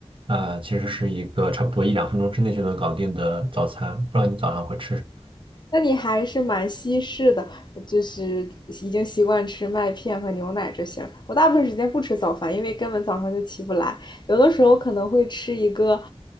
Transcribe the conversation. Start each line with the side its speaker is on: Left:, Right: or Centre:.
Right: 啊、其实是一个差不多一两分钟之内就能搞定的早餐。不知道你早上会吃什么？
Left: 那你还是蛮西式的，就是已经习惯吃麦片和牛奶这些了。我大部分时间不吃早饭，因为根本早上就起不来。有的时候可能会吃一个